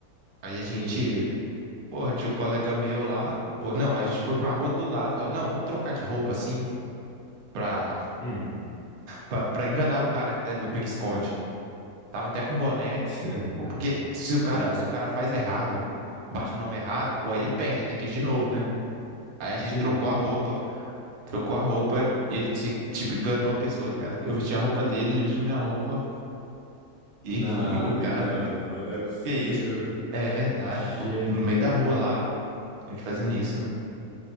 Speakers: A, on the right; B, on the left.
A: Aí a gente
B: sim,
A: Porra, tinha um colega meu lá. Pô, não, a gente foi pra rua do lado. Falou, não, vamos trocar de roupa assim pra,
B: hum,
A: pra, pra enganar o cara aqui dentro do pique-esconde. Tava até com boné.
B: <laughs>
A: Pô, porque se o cara,
B: aham,
A: se o cara faz errado, bate o nome errado, pô, aí ele perde, ele tem que ir de novo, né? Aí a gente
B: sim.
A: trocou a roupa, trocou a roupa, e ele, ti- tipo, enganou a pessoa, tá ligado? Eu vesti a roupa dele, ele vestiu minha roupa, e
B: Não,
A: <laughs> o
B: ne-
A: cara,
B: não, não, não é possível.
A: que isso? É verdade,
B: Gênio,
A: pô. No meio da rua lá, a gente fazendo isso.